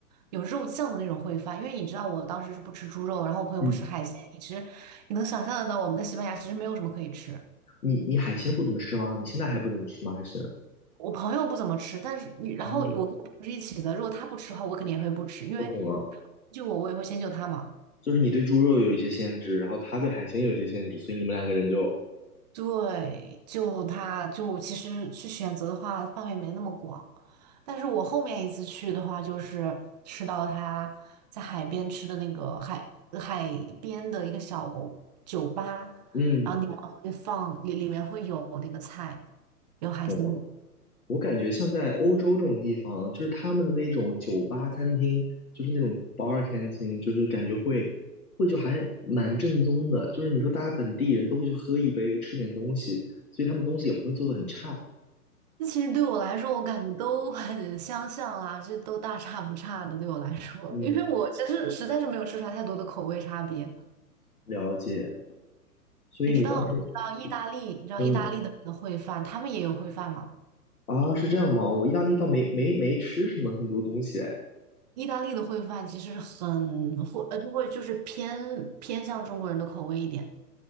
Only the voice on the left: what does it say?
嗯，
你你海鲜不怎么吃吗？你现在还不怎么吃吗？还是？
哦，
我懂了，
就是你对猪肉有一些限制，然后他对海鲜有一些限制，所以你们两个人就，
嗯，
懂了。我感觉像在欧洲这种地方，就是他们的那种酒吧、餐厅，就是那种 bar canteen，就是感觉会会就还蛮正宗的。就是你说大家本地人都会去喝一杯，吃点东西，所以他们东西也不会做的很差。
嗯，
了解。所以你当时，
嗯
啊，是这样吗？我意大利倒没没没吃什么很多东西哎，